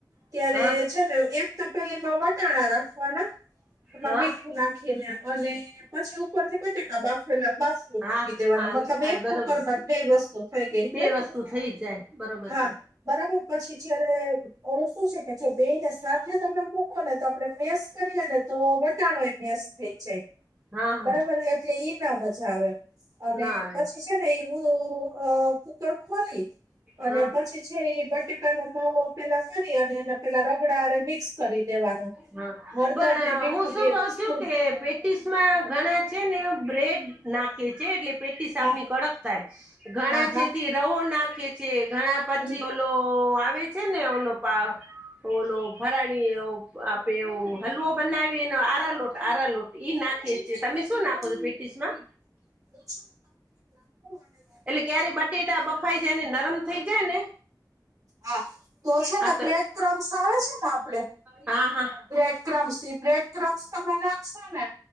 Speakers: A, on the right; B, on the right.
A: ત્યારે
B: હા
A: છે ને એક તપેલીમાં વટાણા રાખવાના એમાં
B: હા
A: મીઠું નાખીને અને પછી ઉપરથી બટેકા બાફેલા બાફ મૂકી
B: હા
A: દેવાનો
B: આ
A: મતલબ
B: આ
A: એક
B: બરોબર
A: કુકર માં <unintelligible> વસ્તુ થઈ ગઈ
B: બે
A: હેને
B: વસ્તુ થઈ જાય બરોબર
A: હા
B: છે
A: બરાબર પછી જ્યારે ઓલું શું છે કે જો બે ને સાથે તમે મૂકો ને તો આપડે મેસ કરીએ ને તો વટાણોય મેસ <unintelligible>
B: હા હા
A: બરાબર એટલે ઈ ના મજા આવે અને
B: ના આવે
A: પછી છે હું કુકર ખોલી અને
B: હા
A: પછી છે એ બટેકાનો માવો પેલા કરી અને એને પેલા રગડા મિક્સ કરી દેવાનો
B: હ
A: હળદર
B: પણ
A: ને મીઠું
B: હું શું
A: બે
B: કઉ
A: વસ્તુ
B: છું કે પેટીસ <unintelligible> ઘણા છે ને બ્રેડ નાખે છે એટલે પેટીસ આપની
A: હા
B: કડક થાય ઘણા
A: હા હા
B: છે તે રવો નાખે છે ઘણા પછી
A: હમ
B: ઓલો આવે છે ને ઓનો પા ઓોલો ફરાડી <unintelligible> <unintelligible> હલવો બનાવીને આરા લોટ આરા લોટ ઈ નાખીે છે
A: ખીર
B: તમે
A: કહેવાય
B: શું નાખો છો પેટીસ માં
A: <inaudible>
B: એટલે કયારે
A: બટેકા
B: બટેટા
A: ખમણ
B: બફાઈ જાય ને નરમ થઇ જાય ને
A: હા તો છે
B: હા
A: ને
B: તો
A: બ્રેડ ક્રમ્સ આવે છે ને આપડે
B: હા હા
A: બ્રેડ <unintelligible> બ્રેડ <unintelligible> તમે નાખશો ને